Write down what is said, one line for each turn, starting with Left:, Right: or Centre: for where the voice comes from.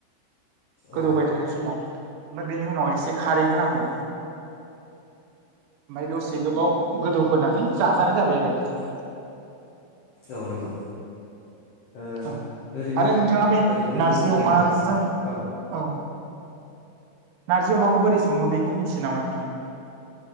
Left: औ
Right: गोदौबाय थानाय समाव। ओमफाय बेनि उनाव एसे खारै होनांगौ। ओमफाय दसे गोबाव गोदौ होनानै जाजानाय जाबाय आरो बिदिनो।
Left: औ नोंगौ। ओ
Right: औ
Left: ओरैनो
Right: आरो नोंथाङा बे
Left: ओरैनो
Right: नारजि
Left: बुंनो थाङोबा
Right: अमाजों
Left: औ।
Right: औ नारजि अमाखौ बोरै सङो बेखौ मिथियो नामा नोंथां?